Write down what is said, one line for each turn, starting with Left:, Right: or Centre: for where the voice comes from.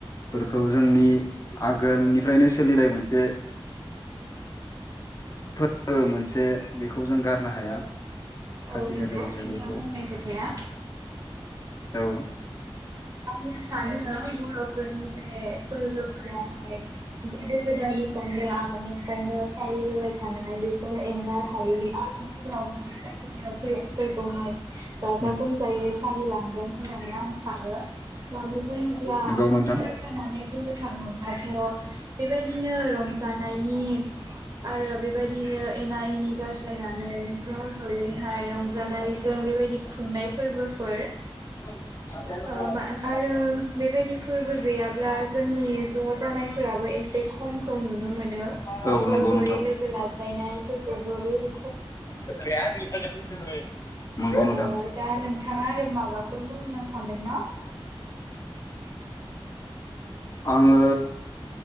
Left: खौ जोंनि आगोलनिफ्रायनो सोलिनाय मोनसे
Right: <inaudible>
Left: फोन <inaudible> बेखौ जों गा नो हाया खाथि
Right: औ नंगौ
Left: गाजा बैसागोखौ
Right: नोंथां होननाय खोथाया
Left: औ
Right: आङो सानो बर'फोरनि बे फोरबोफोराहाय गोदो गोदायनिफ्रायनो आगोलनिफ्रायनो फालिबोबाय थानाय बेफोर एंगारहायि आंनि उनाव फ फोरखौहाय गाजा
Left: उम
Right: गोमजायै फालिलांगोन खोनायाखै आं सानो मानि मलानानै
Left: नंगौ नोंथां
Right: ओरै थाङो दाथ' बेबायदिनो रंजानायनि आरो बेबायदिनो एना एनि गासै जाय ज' ज'यैहाय रंजानायजों बेबायदि ए खुंनाय फोरबोफोर
Left: <unintelligible>
Right: ओ मा आरो बे बायदि फोरबो गैयाब्ला जोंनि ज' जानायफोराबो एसे खमखौ नुनो मोनो।
Left: औ
Right: ज'
Left: नंगौ
Right: ज'यै
Left: नोंथां
Right: लोगो लाज्लायनायफोरखौबो बिदि
Left: <unintelligible> <inaudible>
Right: ओ
Left: नोंथां
Right: दा नोंथाङा आरो माबाफोर बुंनो सानदोंना?
Left: आङो